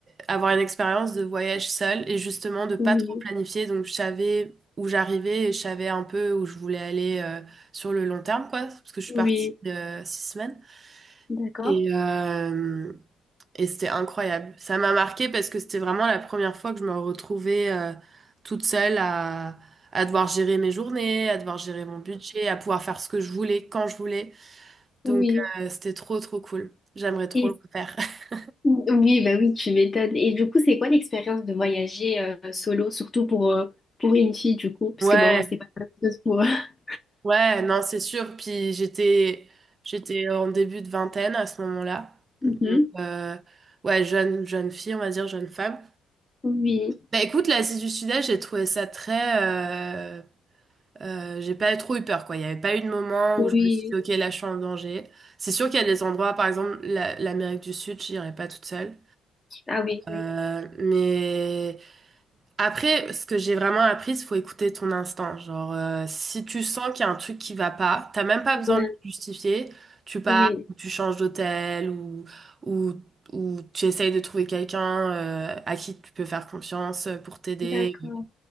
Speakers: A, on the right (about 30°); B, on the left (about 20°).
A: avoir une expérience de voyage seule et justement de pas
B: Oui,
A: trop planifier. Donc, je savais où j'arrivais et je savais un peu où je voulais aller euh, sur le long terme, quoi, parce que je suis
B: oui,
A: partie de six semaines.
B: d'accord.
A: Et, euh, et c'était incroyable. Ça m'a marqué parce que c'était vraiment la première fois que je me retrouvais euh, toute seule à, à devoir gérer mes journées, à devoir gérer mon budget, à pouvoir faire ce que je voulais quand je voulais.
B: Oui,
A: Donc, euh, c'était trop, trop cool. J'aimerais trop
B: et,
A: le faire. <laughs>
B: oui, bah oui, tu m'étonnes. Et du coup, c'est quoi l'expérience de voyager euh, solo, surtout pour, euh, pour une fille, du coup, parce
A: Ouais,
B: que bon, c'est pas la même chose pour. <laughs>
A: ouais, non, c'est sûr. Puis j'étais, j'étais en début de vingtaine à ce moment-là.
B: Mhm.
A: Donc, euh, ouais, jeune, jeune fille, on va dire, jeune femme.
B: Oui,
A: Bah écoute, l'Asie du Sud-Est, j'ai trouvé ça très... euh, euh, j'ai pas trop eu peur, quoi. Il n'y avait pas eu de moment
B: oui,
A: où je me suis dit, OK, là, je suis en danger. C'est sûr qu'il y a des endroits, par exemple, la- l'Amérique du Sud, j'irais pas toute seule.
B: ah oui,
A: Euh,
B: oui,
A: mais Après, ce que j'ai vraiment appris, c'est faut écouter ton instinct. Genre, euh, si tu sens qu'il y a un truc qui va pas, t'as même pas besoin
B: ouais,
A: de le justifier. Tu pars,
B: oui,
A: ou tu changes d'hôtel ou, ou, ou tu essayes de trouver quelqu'un euh, à qui tu peux faire confiance euh, pour t'aider.
B: d'accord.